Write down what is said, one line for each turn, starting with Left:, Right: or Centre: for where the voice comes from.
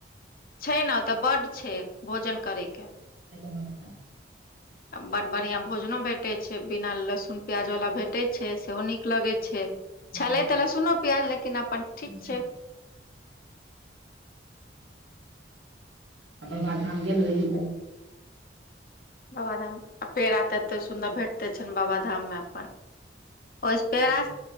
Left: छै ने ओते बड्ड छै भोजन करैके
Right: व्यवस्था
Left: बड्ड बढ़ियाँ भोजनो भेटै छै बिना लहसुन प्याज वाला भेटै छै सेहो नीक लगै छै
Right: हँ
Left: छलै त लहसुन प्याज लेकिन अपन ठीक
Right: से
Left: छै
Right: नहि बाबाधाम गेल रही तऽ
Left: बाबाधाम आ पेड़ा तऽ एते सुन्दर भेटते छनि बाबाधाम मे अपन ओहिसँ पेड़ास
Right: हँ